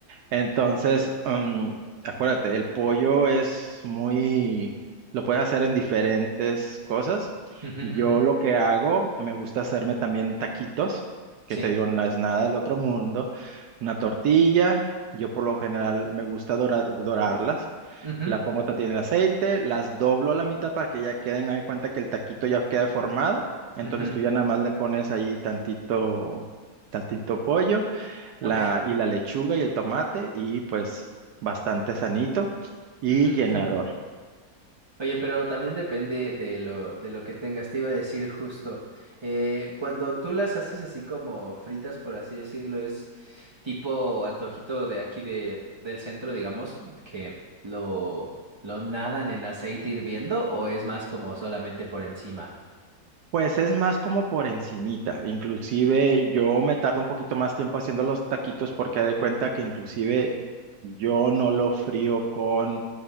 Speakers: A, on the right (about 75°); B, on the right (about 25°).
A: Entonces, mm, acuérdate, el pollo es muy, lo puedes hacer en diferentes cosas.
B: ujú,
A: Yo
B: ujú,
A: lo que hago, me gusta hacerme también taquitos, que
B: Sí.
A: te digo, no es nada del otro mundo. Una tortilla, yo por lo general me gusta dora- dorarlas.
B: ujú,
A: La pongo también en el aceite, las doblo a la mitad para que ya queden, haz de cuenta que el taquito ya queda formado. Entonces
B: ujú,
A: tú ya nada más le pones ahí tantito, tantito pollo la,
B: Ok. ujú,
A: y la lechuga y el tomate y pues bastante sanito y
B: <laughs> ujú.
A: llenador.
B: Oye, pero también depende de lo, de lo que tengas. Te iba a decir justo. eh, cuando tú las haces así como fritas, por así decirlo, es tipo antojito de aquí de, del centro, digamos, que lo, lo nadan en aceite hirviendo, o es más como solamente por encima.
A: Pues es más como por encimita. Inclusive yo me tardo un poquito más tiempo haciendo los taquitos porque haz de cuenta que inclusive yo no lo frío con,